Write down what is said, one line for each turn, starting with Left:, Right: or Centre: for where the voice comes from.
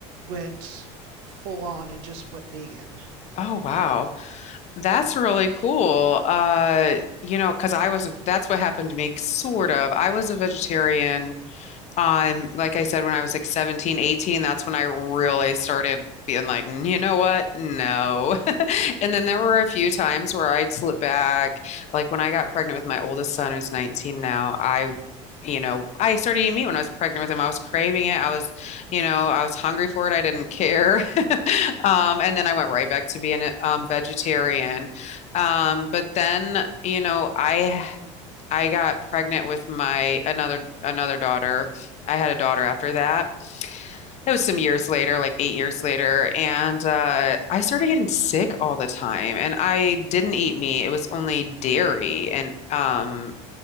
Right: went full on and just went vegan.
Left: Oh, wow. That's really cool. Uh, you know, because I was, that's what happened to me, sort of. I was a vegetarian um, like I said, when I was like 17, 18, that's when I really started being like, "Mm, you know what? No. <laughs> And then there were a few times where I'd slip back. Like when I got pregnant with my oldest son, who's 19 now, I, you know, I started eating meat when I was pregnant with him. I was craving it. I was, you know, I was hungry for it. I didn't care. <laughs> Um, and then I went right back to being a um, vegetarian. Um, but then, you know, I I got pregnant with my another another daughter. I had a daughter after that. It was some years later, like eight years later, and uh, I started getting sick all the time. And I didn't eat meat; it was only dairy, and um,